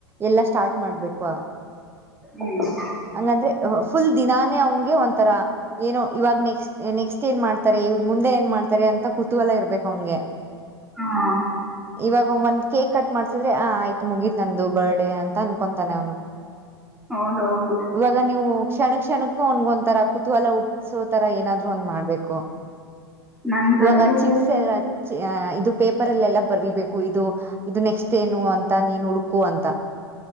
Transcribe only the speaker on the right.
ಎಲ್ಲಾ ಸ್ಟಾರ್ಟ್ ಮಾಡ್ಬೇಕು
ಹಂಗಂದ್ರೆ ಫುಲ್ ದಿನಾ ಅವನ್ಗೆ ಒಂಥರ ಏನೋ ಇವಾಗ್ ನೆಕ್ಸ್ಟ್ ನೆಕ್ಸ್ಟ್ ಏನ್ ಮಾಡ್ತಾರೆ ಇವ್ರ ಮುಂದೆ ಏನ್ ಮಾಡ್ತಾರೆ ಅಂತ ಕುತೂಹಲ ಇರ್ಬೇಕು ಅವನಿಗೆ
ಇವಾಗ ಒಂದ್ ಕೇಕ್ ಕಟ್ ಮಾಡ್ಸಿದ್ರೆ ಆ ಆಯ್ತ್ ಮುಗೀತ್ ನಂದು ಬರ್ಡೇ ಅಂತ ಅನ್ಕೊತಾನೆ ಅವನು
ಇವಾಗ ನೀವು ಕ್ಷಣ ಕ್ಷಣ ಅವನಿಗೊಂತರ ಕುತೂಹಲ ಉಟ್ಸೋ ತರ ಏನಾದ್ರು ಒಂದ್ ಮಾಡ್ಬೇಕು
ಇವಾಗ ಚಿಟ್ಸ್ ಎಲ್ಲ ಇದು ಪೇಪರ್ಲ್ಲೆಲ್ಲ ಬರೀಬೇಕು ಇದು ಇದು ನೆಕ್ಸ್ಟ್ ಏನು ಅಂತ ನೀನ್ ಹುಡುಕು ಅಂತ